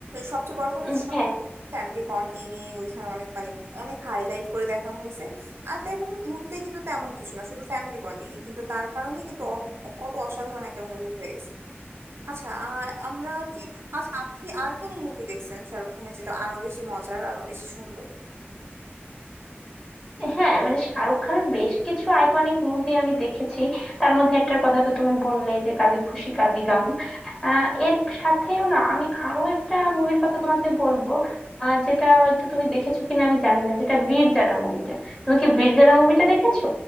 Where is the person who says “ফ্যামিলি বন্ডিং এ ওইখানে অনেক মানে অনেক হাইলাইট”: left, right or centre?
Right